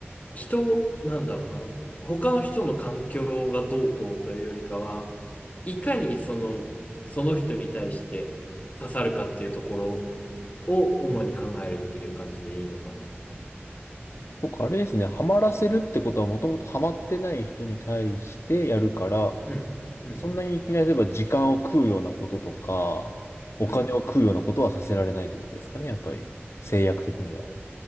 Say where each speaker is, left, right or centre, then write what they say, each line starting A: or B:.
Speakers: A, on the left; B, on the left.
A: 人、なんだろうな、他の人の環境がどうこうというよりかは、いかにその、その人に対して刺さるかっていうところを主に考えるっていう感じでいいのかな。
B: 僕あれですね、ハマらせるってことはもともとハマってない人に対してやるから、
A: うん、うん、
B: そんなにいきなり例えば時間を食うようなこととか、
A: うん。
B: お金を食うようなことはさせられないってことですかね、
A: うん
B: やっぱり。制約的には。